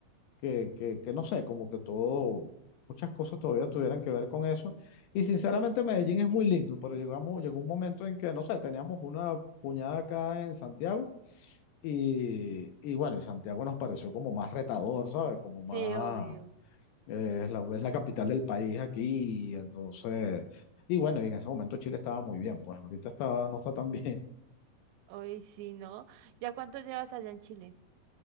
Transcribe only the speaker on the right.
Sí, obvio.
Hoy sí, ¿no? ¿Ya cuánto llevas allá en Chile?